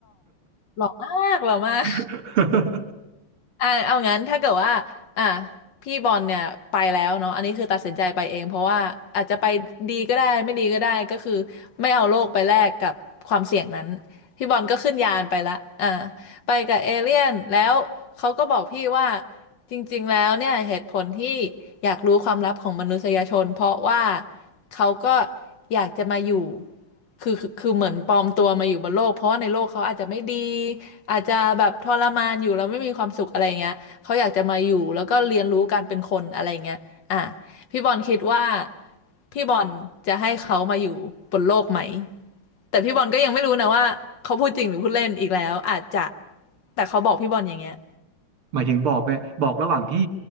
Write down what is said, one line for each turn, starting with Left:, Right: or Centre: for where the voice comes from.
Left: หล่อมากหล่อมาก
Right: <laughs>
Left: อ่าเอางั้นถ้าเกิดว่าอ่าพี่บอลเนี่ยไปแล้วเนาะอันนี้คือตัดสินใจไปเองเพราะว่าอาจจะไปดีก็ได้ไม่ดีก็ได้ก็คือไม่เอาโลกไปแลกกับความเสี่ยงนั้นพี่บอลก็ขึ้นยานไปละอ่าไปกับเอเลี่ยนแล้วเขาก็บอกพี่ว่า จริงๆ แล้วเนี่ยเหตุผลที่อยากรู้ความลับของมนุษยชนเพราะว่าเขาก็อยากจะมาอยู่คือคือคือเหมือนปลอมตัวมาอยู่บนโลกเพราะว่าในโลกเขาอาจจะไม่ดีอาจจะแบบทรมานอยู่แล้วไม่มีความสุขอะไรเงี้ยเขาอยากจะมาอยู่แล้วก็เรียนรู้การเป็นคนอะไรเงี้ยอ่ะพี่บอลคิดว่าพี่บอลจะให้เขามาอยู่บนโลกไหมแต่พี่บอลก็ยังไม่รู้นะว่าเขาพูดจริงหรือพูดเล่นอีกแล้วอาจจะแต่เขาบอกพี่บอลอย่างเงี้ย
Right: หมายถึงบอกไหมบอกระหว่างที่